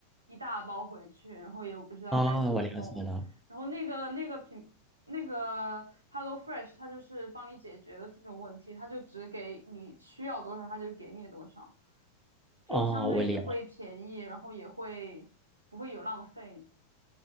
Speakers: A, on the right; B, in the centre.
A: 一大包回去，然后也不知道该怎么弄。
B: 啊，我了解了，
A: 然后那个那个品那个 HelloFresh，它就是帮你解决的这种问题，它就只给你需要多少，它就给你多少，就相对也会便宜，
B: 哦，我了。
A: 然后也会不会有浪费。